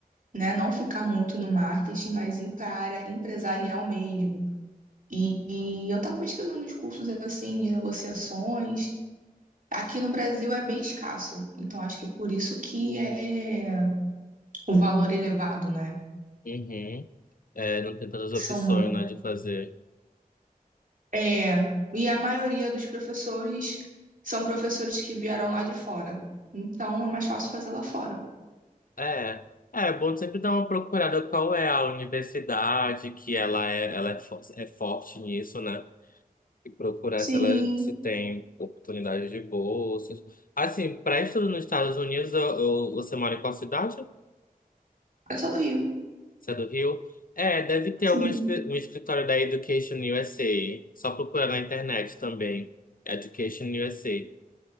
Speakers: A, on the right; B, on the left.
A: né, não ficar muito no marketing, mas ir para a área empresarial mesmo. E, e eu estava pesquisando uns cursos assim de negociações. Aqui no Brasil é bem escasso, então acho que é por isso que é o valor elevado, né?
B: uhum. É, não tem tantas opções,
A: São
B: né, de fazer.
A: É, e a maioria dos professores são professores que vieram lá de fora. Então é mais fácil fazer lá fora.
B: É, é é bom sempre dar uma procurada qual é a universidade que ela é, ela é, fo- é forte nisso, né? E procurar
A: Sim,
B: se ela se tem oportunidade de bolsas. Assim, para estudo nos Estados Unidos, eu, eu- você mora em qual cidade?
A: eu sou do Rio.
B: Você é do Rio? É, deve ter
A: Sim,
B: algum escri- um escritório da Education USA. Só procurar na internet também. Education USA.